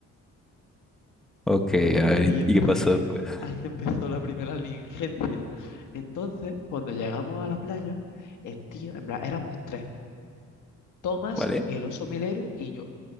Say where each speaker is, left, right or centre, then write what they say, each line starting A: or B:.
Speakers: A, in the centre; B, on the left.
A: Ok, a
B: Ahí,
A: ver,
B: ahí
A: int-
B: empezó,
A: ¿y qué pasó después?
B: ahí empezó la primera negligencia. Entonces, cuando llegamos a la playa, el tío, en plan, éramos tres, Tomás,
A: ¿Vale?
B: el oso melero y yo.